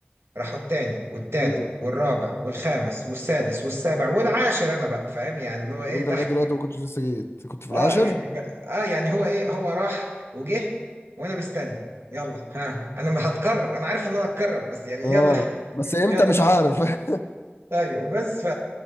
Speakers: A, on the right; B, on the left.
A: راحوا التاني والتالت
B: مم.
A: والرابع والخامس والسادس والسابع والعاشر انا بقى فاهم يعني اللي هو ايه
B: طب انت
A: تحت
B: لغايه دلوقتي ما كنتش لسه جيت كنت في العاشر
A: اه يعني ك- اه يعني هو ايه هو راح وجه وانا مستني يلا ها انا ما هتكرر انا عارف ان انا هتكرر بس يعني يلا
B: اه بس
A: <laughs>
B: امتى
A: يلا
B: مش عارف
A: نست-
B: <laughs>
A: ايوه بس ف